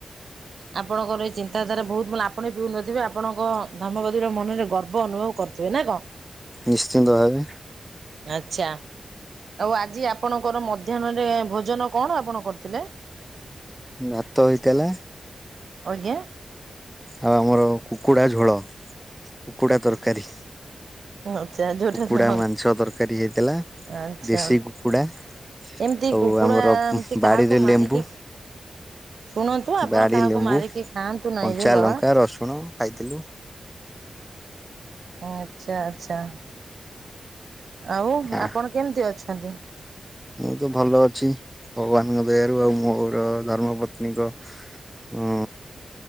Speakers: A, on the right; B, in the centre.
A: <inaudible> ଆପଣଙ୍କର ଏଇ ଚିନ୍ତାଧାରା ବୋହୁତ ମାନେ ଆପଣ ବି ଉନ୍ନତି ହେବେ ଆପଣଙ୍କ ଧର୍ମପତ୍ନୀର ମନରେ ଗର୍ବ ଅନୁଭବ କର ଥୁବେ ନା କଣ?
B: ନିଶ୍ଚିନ୍ତ ଭାବେ।
A: ଆଚ୍ଛା ଆଉ ଆଜି ଆପଣଙ୍କର ମଧ୍ୟାହ୍ନରେ ଭୋଜନ କଣ ଆପଣ କରିଥିଲେ?
B: ଭାତ ହେଇଥିଲା
A: ଆଜ୍ଞା।
B: ଆଉ ଆମର କୁକୁଡ଼ା ଝୋଳ କୁକୁଡ଼ା ତରକାରୀ।
A: ଆଚ୍ଛା ଯୋଉଟା
B: କୁକୁଡା
A: ଖାଅ
B: ମାଂସ ତରକାରୀ ହେଇଥିଲା
A: ଆଚ୍ଛା।
B: ଦେଶୀ କୁକୁଡା ଆଉ
A: ଏମିତି କୁକୁଡ଼ା
B: ଆମର
A: ଏମିତି
B: ଉଁହ୍
A: କାହାକୁ
B: ବାଡିରେ
A: ମାରିକି
B: ଲେମ୍ବୁ
A: ଶୁଣନ୍ତୁ ଆପଣ
B: ବାଡି
A: କାହାକୁ
B: ଲେମ୍ବୁ,
A: ମାରିକି ଖାଆନ୍ତୁ ନାଇଁରେ
B: କଞ୍ଚା
A: ବାବା
B: ଲଙ୍କା, ରସୁଣ ଖାଇଥିଲୁ।
A: ଆଚ୍ଛା ଆଚ୍ଛା। ଆଉ
B: ଆ
A: ଆପଣ କେମିତି ଅଛନ୍ତି?
B: ମୁଁ ତ ଭଲ ଅଛି ଭଗବାନଙ୍କ ଦୟାରୁ ଆଉ ମୋର ଧର୍ମ ପତ୍ନୀଙ୍କ ଉ